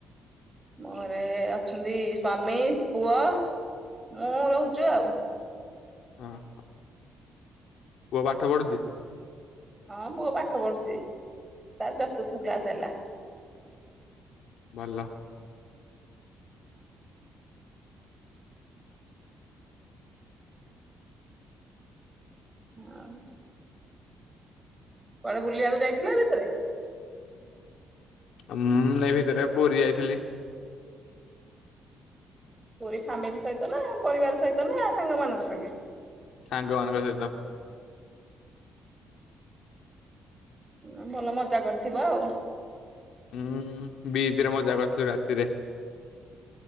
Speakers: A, on the right; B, on the left.
A: ମୋରେ ଘରେ ଅଛନ୍ତି ସ୍ଵାମୀ ପୁଅ ମୁଁ ରହୁଛୁ ଆଉ।
B: ହଁ ହ। ପୁଅ ପାଠ ପଢୁଛି?
A: ହଁ ପୁଅ ପାଠ ପଢୁଛି ତାର ଚତୁର୍ଥ କ୍ଲାସ ହେଲା।
B: ଭଲ।
A: ହୁଁ ଆଉ କୁଆଡେ ବୁଲିଆକୁ ଯାଇଥିଲ ଆ ଭିତରେ?
B: ଉଁ ଏଇ ଭିତରେ ପୁରୀ ଯାଇଥିଲି।
A: ପୁରୀ ଫ୍ୟାମିଲି ସହିତ ନା ପରିବାର ସହିତ ନା ସାଙ୍ଗମାନଙ୍କ ସାଙ୍ଗେ?
B: ସାଙ୍ଗମାନଙ୍କ ସହିତ।
A: ହୁଁ ଆଉ ଭଲ ମଜା କରିଥିବ ଆଉ।
B: ହୁଁ ବିଚ୍ ରେ ମଜା କରିଥିଲୁ ରାତିରେ।